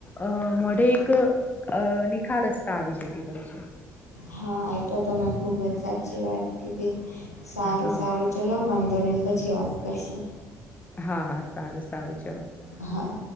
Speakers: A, on the left; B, on the left.
A: અ મોઢે એક અ નિ ખાલસતા આવી જતી હોય છે.
B: હા આ તો તમે ખૂબ જ સાચી વાત કીધી સારું
A: હા
B: સારું ચલો વાંધો નહીં પછી વાત કરશું.
A: હા હા, સારું સારું ચલો.
B: હા.